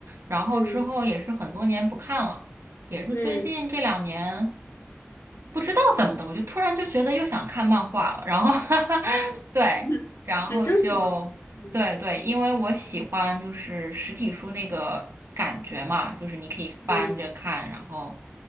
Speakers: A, on the right; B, on the left.
A: 然后之后也是很多年不看了，
B: 嗯
A: 也是最近这两年。
B: 嗯，
A: 不知道怎么的，我就突然就觉得又想看漫画了，然后 <laughs> 对，
B: <laughs>
A: 然后就对对，
B: 很正常。嗯
A: 因为我喜欢就是实体书那个感觉嘛，就是你可以翻着看，
B: 嗯
A: 然后